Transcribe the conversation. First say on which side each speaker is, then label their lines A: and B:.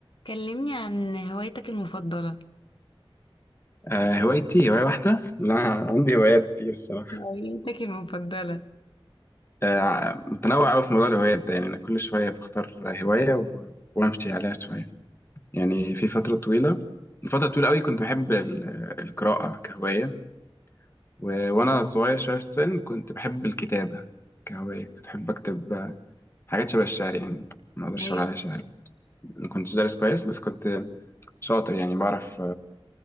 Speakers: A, on the left; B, on the left.
A: كلمني عن هوايتك المفضلة
B: آه، هوايتي هواية واحدة لا عندي هوايات كتير الصراحة
A: هوايتك المفضلة
B: آه، متنوع أوي في موضوع الهوايات ده يعني أنا كل شوية بختار هواية و- وأمشي عليها شوية يعني في فترة طويلة فترة طويلة أوي كنت بحب ال- القراءة كهواية و- وأنا صغير شوية في السن كنت بحب الكتابة كهواية كنت بحب أكتب آه، حاجات شبه الشعر يعني ما أقدرش
A: ايوه
B: أقول عليها شعر ما كنتش دارس كويس بس كنت شاطر يعني بعرف